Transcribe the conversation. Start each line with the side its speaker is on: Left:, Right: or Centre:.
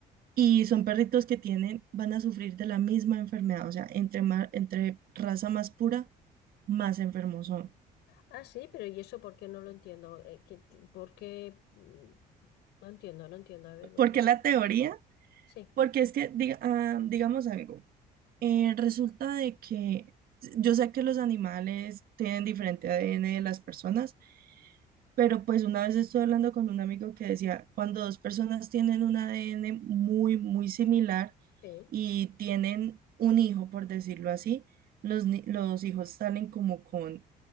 Right: Y son perritos que tienen, van a sufrir de la misma enfermedad, o sea, entre, ma- entre raza más pura, más enfermos son.
Left: Ah, sí, pero ¿y eso por qué no lo entiendo? Eh, ¿qué ti- ¿Por qué? mm, No entiendo, no entiendo. A ver, ¿me
Right: ¿Por
Left: lo puedes-
Right: qué la teoría?
Left: Sí,
Right: Porque es que, diga- ah, digamos algo. Eh, resulta de que yo sé que los animales tienen diferente ADN de las personas, pero pues una vez estuve hablando con un amigo que decía, cuando dos personas tienen un ADN muy, muy similar
Left: sí.
Right: y tienen un hijo, por decirlo así, los, ni- los hijos salen como con